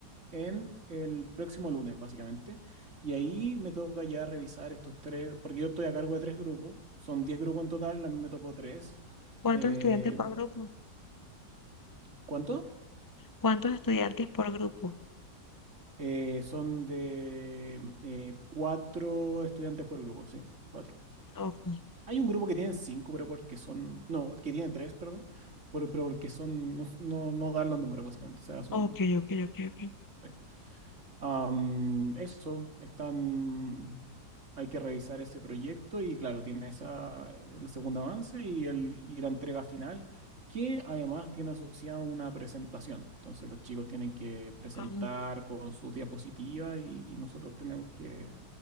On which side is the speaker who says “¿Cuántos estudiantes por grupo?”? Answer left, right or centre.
Left